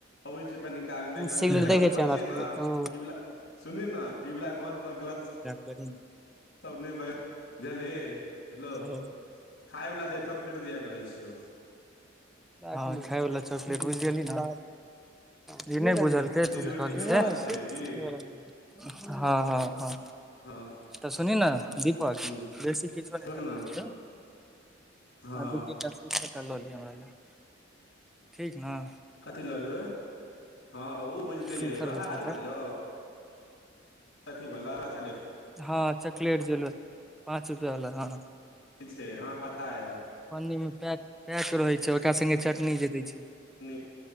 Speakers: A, on the left (about 60°); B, in the centre.
A: अबै छी कनी कालमे, कनि
B: सिगरेट
A: ई वाला
B: देखै
A: कॉल पर
B: हमरा
A: छियै
B: पिबैत
A: ने।
B: तू
A: ई वाला सुनू ने, ई वाला कॉल पर गलत
B: कठिन
A: तब नय <unintelligible> जझलियै हेलो
B: ओ
A: खायवला द चॉकलेट दआ कहै छै ओ
B: ह खााय वला चॉकलेट बुझजलिय ना कि नय बुझल
A: रोजी
B: <unintelligible>
A: रोटी के बात है की
B: हँ हँ हँ
A: हँ
B: तऽ सुन ने दीपक
A: ह
B: बेसी किछो नय
A: तब
B: करबाक
A: ने
B: छै
A: हँ
B: ह दू तीन ट्रां <unintelligible> ले लियोह हमरा ला ठीक न
A: कथी लऽ लेबै हँ, ओ बुझि गेलियै
B: शिखर
A: उएह
B: दू तीन टा
A: ने यौ अथी बला <unintelligible>
B: हँ, चॉकलेट जे पाँच रुपआ वला हँ।
A: ठीक छै हँ पता यऽ
B: पन्नी मे पैक पैक रहै छै ओकरा संगे चटनी जे दै छै।
A: पन्नीमे